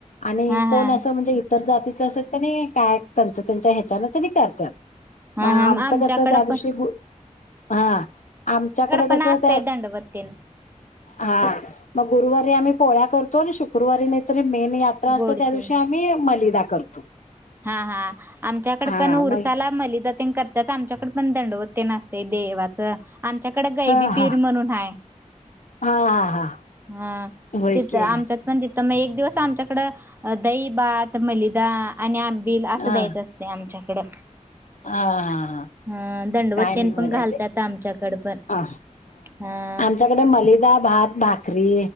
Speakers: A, on the left; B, on the right.
A: आणि कोण
B: हा
A: असं म्हणजे इतर जातीच असं त्यांनी काय त्यांच त्यांच्या ह्याच्यान त्यांनी करतात
B: हा
A: म आमचं
B: हा आमच्याकडं
A: कस त्या दिवशी
B: पण
A: हा आ आमच्याकडे कसं
B: पण
A: आता
B: असतंय दंडवत तेन
A: हा गुरुवारी आम्ही मग पोळ्या करतो करतो आणि शुक्रवारी नाहीतरी मेन यात्रा असते
B: गोड
A: त्या दिवशी
B: जेवण
A: आम्ही मलिदा करतो
B: हा हा आमच्याकडे
A: हा
B: पण उरसाला
A: मग
B: मलिदा तेन करतात आमच्याकड पण दंडवत ते तेन असतंय देवाचं आमच्याकडे गैबी
A: हा
B: पीर
A: हा
B: म्हणून आहे
A: हा हा हा
B: हा
A: होय
B: तिथं
A: की
B: आमच्यात
A: हा
B: पण ति तर मग एक दिवस आमच्याकडं दही भात मलिदा आणि आबील आंबिल असं
A: हा
B: द्यायचं असतंय आमच्याकडं
A: हा हा
B: अ दंडवत
A: काय
B: तेन
A: नाही
B: पण
A: बर आहे
B: घालतात
A: ते
B: आमच्याकडं पण
A: हा
B: अ
A: आमच्याकडे मलिदा मलिदा भात भाकरी